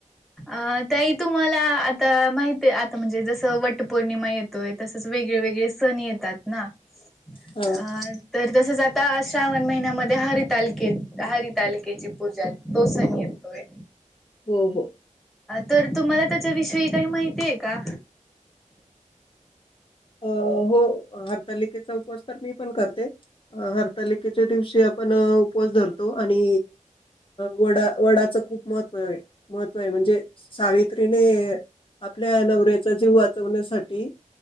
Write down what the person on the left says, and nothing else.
हा
हो हो.
अ हो हरतालिकेचा उपवास तर मी पण करते. हरतालिकेच्या दिवशी आपण उपवास धरतो आणि वडा वडाचं खूप महत्त्व महत्त्व आहे म्हणजे सावित्रीने आपल्या नवऱ्याचा जीव वाचवण्यासाठी